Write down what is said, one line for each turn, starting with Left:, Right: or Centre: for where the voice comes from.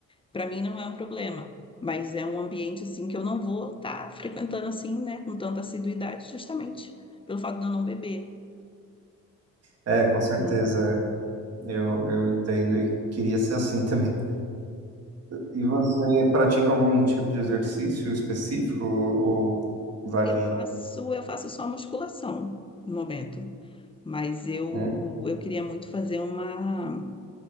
Left: para mim não é um problema. Mas é um ambiente assim que eu não vou estar frequentando assim, né, com tanta assiduidade, justamente pelo fato de eu não beber.
Right: É, com certeza.
Left: Hum.
Right: Eu, eu entendo e queria ser assim <laughs> também. E você pratica algum tipo de exercício específico ou varia?
Left: Eu faço, eu faço só musculação no momento, mas eu
Right: Hum,
Left: eu queria muito fazer uma